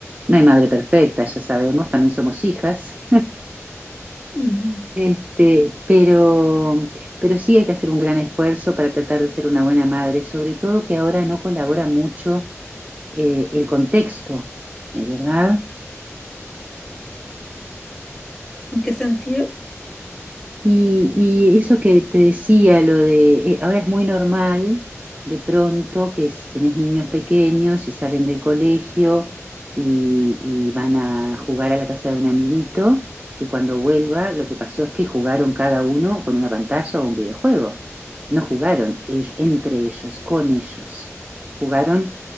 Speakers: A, on the right; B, in the centre.
A: no hay madre perfecta, ya sabemos, también somos hijas,
B: Ujú.
A: este, pero, pero sí hay que hacer un gran esfuerzo para tratar de ser una buena madre, sobre todo que ahora no colabora mucho eh, el contexto, eh, ¿verdad?
B: ¿En qué sentido?
A: Y, y eso que te decía, lo de, eh, ahora es muy normal de pronto que si tenés niños pequeños y salen del colegio y, y van a jugar a la casa de un amiguito, que cuando vuelva lo que pasó es que jugaron cada uno con una pantalla o un videojuego. No jugaron ellos- entre ellos, con ellos. Jugaron